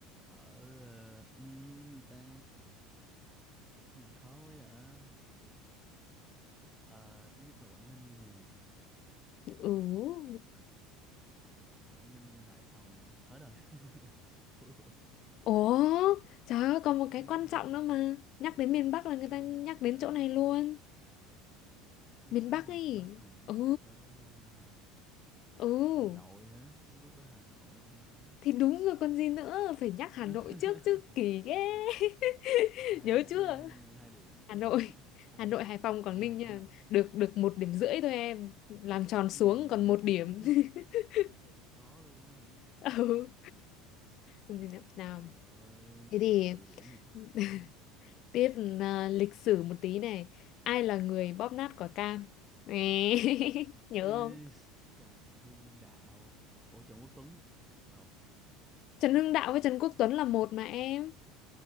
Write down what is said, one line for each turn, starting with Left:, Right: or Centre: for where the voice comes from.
Centre: ở ờ, ừm, gì ta Gì khó quá à Ờ, thứ nhất là Quảng Ninh nè.
Left: Ừ.
Centre: Ờ, Quảng Ninh, Hải Phòng. Hết rồi. <laughs> Thua.
Left: Ủa, trời ơi còn
Centre: Quảng
Left: một cái
Centre: Ninh,
Left: quan
Centre: Hải
Left: trọng
Centre: Phòng.
Left: nữa mà. Nhắc đến miền Bắc là người
Centre: Cái
Left: ta
Centre: gì
Left: nhắc
Centre: nữa
Left: đến
Centre: ta?
Left: chỗ này luôn.
Centre: Nhắc
Left: Miền
Centre: đến
Left: Bắc ấy.
Centre: miền Bắc là nhắc
Left: Ừ,
Centre: tới luôn hả?
Left: ừ.
Centre: Hà Nội hả? Không biết với Hà Nội không nữa.
Left: Thì đúng rồi còn gì nữa, phải nhắc
Centre: À,
Left: Hà Nội trước chứ
Centre: <laughs>
Left: kỳ ghê. <laughs>
Centre: hai
Left: Nhớ
Centre: điểm
Left: chưa?
Centre: nha, hai điểm.
Left: Hà
Centre: <laughs>
Left: Nội,
Centre: Không
Left: Hà
Centre: phải
Left: Nội,
Centre: hai,
Left: Hải Phòng,
Centre: không
Left: Quảng
Centre: phải
Left: Ninh
Centre: hai chấm
Left: nha.
Centre: nợ
Left: Được được một điểm
Centre: Không
Left: rưỡi
Centre: phải
Left: thôi em. Làm tròn xuống
Centre: cái gì
Left: còn một
Centre: <laughs>
Left: điểm. <laughs>
Centre: có luôn á hả?
Left: Ừ. Còn gì nữa? Nào.
Centre: Rồi,
Left: Thế thì
Centre: trừ điểm thì thôi nhé.
Left: <laughs> tiếp là lịch sử một tí này. Ai là người bóp nát quả cam? Nè. <laughs> Nhớ
Centre: Ý,
Left: không?
Centre: Trần Hưng Đạo Ủa Trần Quốc Tuấn Lộn
Left: Trần Hưng Đạo với Trần Quốc Tuấn là một mà em.